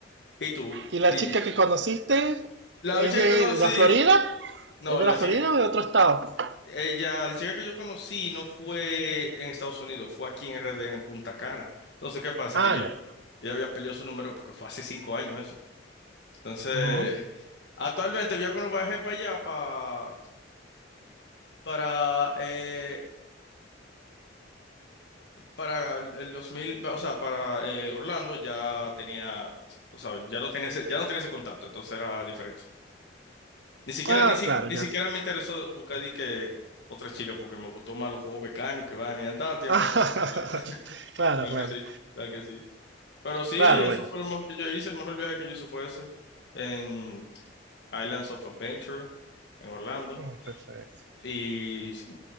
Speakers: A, on the left; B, on the right.
A: ¿Y tú?
B: ¿Y la
A: Y
B: chica que conociste
A: la
B: es
A: chica
B: de
A: que conocí,
B: la Florida?
A: no,
B: ¿Es de
A: la
B: la Florida
A: chica,
B: o de otro estado?
A: ella, la chica que yo conocí no fue en Estados Unidos, fue aquí en RD, en Punta Cana. Entonces, ¿qué pasa?
B: Ah,
A: Que yo,
B: ya.
A: yo había perdido su número porque fue hace cinco años eso. Entonces,
B: Ujú.
A: Actualmente yo cuando viajé para allá, para, para, eh, para el el 2000, o sea, para eh, Orlando ya tenía, o sea, ya no tenía ese, ya no tenía ese contacto, entonces era diferente. Ni siquiera,
B: Ah,
A: ni, si-
B: claro,
A: ni
B: ya.
A: siquiera
B: <laughs>
A: me interesó buscar di que otra chica, porque me gustó más los juegos mecánicos, y van y andaba a tiempo.
B: Ah,
A: <laughs>
B: claro,
A: Tal
B: claro.
A: que sí, tal que sí. Pero sí,
B: Claro,
A: eso
B: bueno.
A: fue lo mejor que yo hice, el mejor viaje que yo hice fue ese, en Islands of Adventure, en Orlando.
B: Mm, Perfecto.
A: Y sí.